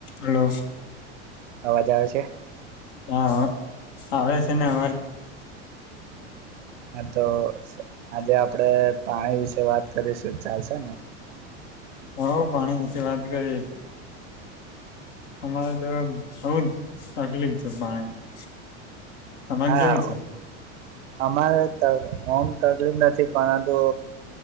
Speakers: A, on the left (about 75°); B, on the right (about 85°).
A: Hello
B: અવાજ આવે છે?
A: હ આવે છે ને અવાજ.
B: હા તો આજે આપડે પાણી વિશે વાત કરીશું ચાલશે ને?
A: હો પાણી વિશે વાત કરીએ અમારે તો બહ જ તકલીફ છે પાણીની. તમારે
B: હા
A: કેવું છે?
B: અમારે ઓમ તકલીફ નથી પરંતુ